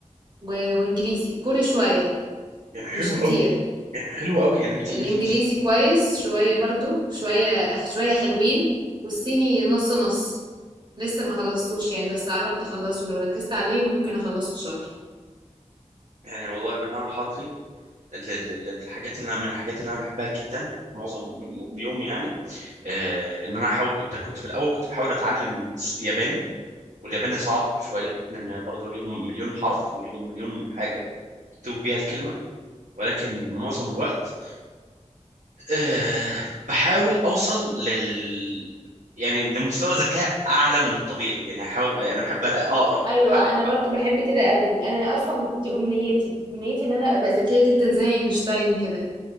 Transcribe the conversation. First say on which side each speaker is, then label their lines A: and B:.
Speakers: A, on the right (about 35°); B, on the right (about 70°).
A: و وإنجليزي، كوري شوية
B: يعني حلو
A: مش كتير،
B: قوي يعني حلو قوي يعني انت
A: الإنجليزي
B: انت مسلمه
A: كويس شوية برضه، شوية شوية حلوين، والصيني نُص، نُص، لسه ما خلصتوش يعني بس قرّبت أخلّصه، لو ركّزت عليه ممكن أخلّصه في شهر.
B: يعني والله بالمعنى الحرفي ال- ال- ال- الحاجات اللي أنا- من الحاجات اللي انا بحبها جدا معظم م- يومي يعني آه ان انا احاول كنت كنت في الاول كنت بحاول اتعلم س- ياباني والياباني صعب شويه لان برضه ليهم مليون حرف وليهم مليون حاجه يكتبوا بيها الكلمه ولكن معظم الوقت آه بحاول اوصل لل يعني لمستوى ذكاء اعلى من الطبيعي يعني احاول يعني بحب اقرا
A: ايوه
B: بحاول
A: انا برضو بحب كده قوي انا اصلا دي امنيتي امنيتي ان انا ابقى ذكيه جدا زي اينشتاين كده